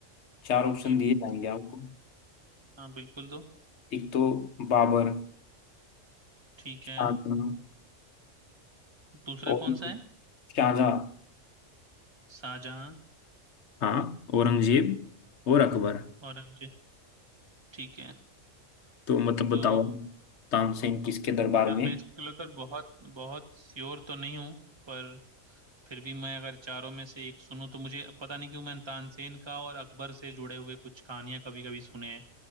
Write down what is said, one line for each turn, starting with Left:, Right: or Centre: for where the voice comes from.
Left: चार ऑप्शन
Right: बिल्कुल
Left: दिए जाएंगे
Right: तो फिर
Left: आपको
Right: हाँ बिल्कुल दो
Left: एक तो बाबर
Right: ठीक
Left: शाहजहां
Right: है दूसरा
Left: और
Right: कौन सा है
Left: शाहजहां
Right: शाहजहां
Left: हाँ औरंगजेब और अकबर
Right: औरंगजेब ठीक है
Left: तो मतलब
Right: तो
Left: बताओ तानसेन किसके दरबार
Right: यार
Left: में
Right: मैं इसको लेकर बहुत बहुत श्योर तो नहीं हूँ पर फिर भी मैं अगर चारों में से एक सुनूं तो मुझे पता नहीं क्यों मैं तानसेन का और अकबर से जुड़े हुए कुछ कहानियां कभी कभी सुने हैं